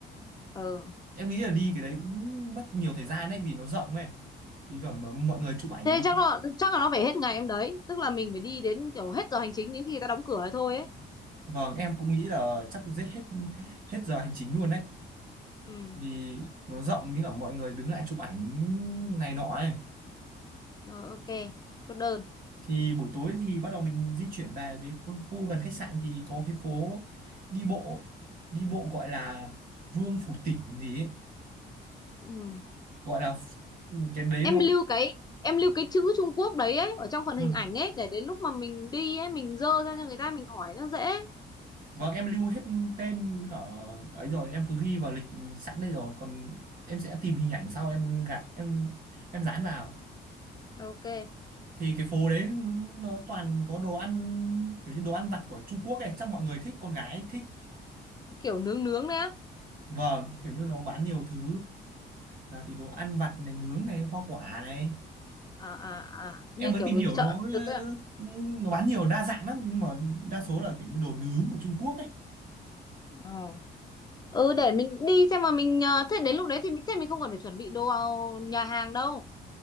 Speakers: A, on the left; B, on the right.
A: ừ
B: em nghĩ là đi cái đấy cũng mất nhiều thời gian ấy vì nó rộng ấy thì cả mọi người chụp ảnh
A: thế chắc là chắc là nó phải hết ngày em đấy tức là mình phải đi đến kiểu hết giờ hành chính đến khi người ta đóng cửa ấy thôi ấy
B: vâng em cũng nghĩ là chắc giết hết hết giờ hành chính luôn đấy
A: ừ
B: vì nó rộng như cả mọi người đứng lại chụp ảnh này nọ ấy
A: rồi ok chốt đơn
B: thì buổi tối thì bắt đầu mình di chuyển về cái khu, khu gần khách sạn thì có cái phố đi bộ đi bộ gọi là Vương Phủ Tỉnh gì ấy.
A: ừ.
B: gọi là ph- cái đấy
A: em
B: nó
A: lưu cái em lưu cái chữ Trung Quốc đấy ấy ở trong phần
B: ừ.
A: hình ảnh ấy để đến lúc mà mình đi ấy mình dơ ra cho người ta mình hỏi nó dễ
B: vâng em lưu hết tên với cả ấy rồi em cứ ghi vào lịch sẵn đây rồi còn em sẽ tìm hình ảnh sau em gạt em em dán vào
A: ok
B: thì cái phố đấy nó toàn có đồ ăn kiểu như đồ ăn vặt của Trung Quốc ấy chắc mọi người thích con gái thích
A: kiểu nướng nướng đấy á
B: Vâng, kiểu như nó bán nhiều thứ nào thì đồ ăn vặt này, nướng này, hoa quả này.
A: à à à như
B: Em mới
A: kiểu
B: tìm hiểu
A: chợ
B: nó
A: thực ấy à
B: ừ, nó bán nhiều đa dạng lắm nhưng mà đa số là kiểu như đồ nướng của Trung Quốc ấy.
A: Ờ. ừ để mình đi xem mà mình ờ, thế đến lúc đấy thì mình thế mình không cần phải chuẩn bị đồ nhà hàng đâu